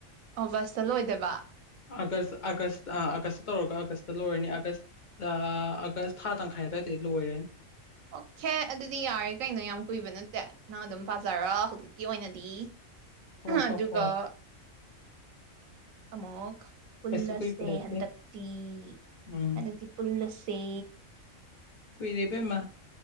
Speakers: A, on the right; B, on the left.
A: ꯑꯣꯒꯁꯇ ꯂꯣꯏꯗꯕ
B: ꯑꯥꯒꯁ ꯑꯥꯒꯁ ꯑꯥꯒꯁꯇ ꯇꯧꯔꯒ ꯑꯥꯒꯁꯇ ꯂꯣꯏꯔꯅꯤ ꯑꯥꯒꯁ ꯑꯥꯒꯁ ꯊꯥ ꯇꯪꯈꯥꯏ ꯑꯗꯨꯋꯥꯏꯗ ꯂꯣꯏꯔꯦꯅꯤ
A: ꯑꯣꯀꯦ ꯑꯗꯨꯗꯤ ꯌꯥꯔꯦ ꯀꯩꯅꯣ ꯌꯥꯝ ꯀꯨꯏꯕ ꯅꯠꯇꯦ ꯅꯪ ꯑꯗꯨꯝ ꯄꯥꯖꯔ ꯍꯧꯖꯤꯛꯀꯤ ꯑꯣꯏꯅꯗꯤ
B: ꯍꯣ ꯍꯣ
A: ꯑꯗꯨꯒꯒ
B: ꯍꯣꯏ
A: ꯑꯃꯨꯛ ꯄꯨꯜꯂꯁꯦ
B: ꯀꯩꯁꯨ ꯀꯨꯏꯕ ꯅꯠꯇꯦ
A: ꯍꯟꯗꯛꯇꯤ
B: ꯎꯝ
A: ꯍꯟꯗꯛꯇꯤ꯫ ꯄꯨꯜꯂꯁꯦ꯫
B: ꯀꯨꯏꯔꯦꯕꯦꯃ꯫